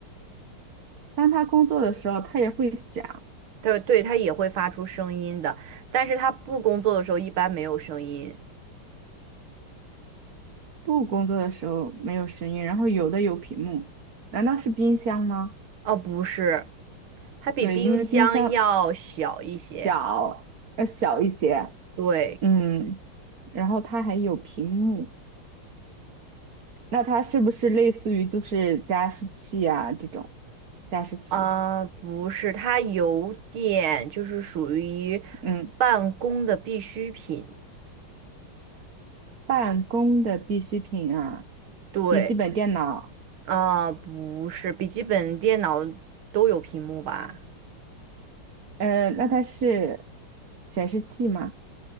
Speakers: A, on the right; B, on the right.
A: 当它工作的时候，它也会响；
B: 对对，他也会发出声音的，但是他不工作的时候一般没有声音。
A: 不工作的时候没有声音。然后有的有屏幕，难道是冰箱吗？
B: 哦，不是，它比冰箱要小一些。
A: 对，因为冰箱小要小一些，
B: 对，
A: 嗯，然后它还有屏幕，那它是不是类似于就是加湿器啊这种加湿器？
B: 啊，不是，它有点就是属于
A: 嗯，
B: 办公的必需品。
A: 办公的必需品啊，
B: 对，
A: 笔记本电脑。
B: 啊，不是，笔记本电脑都有屏幕吧？
A: 呃，那它是显示器吗？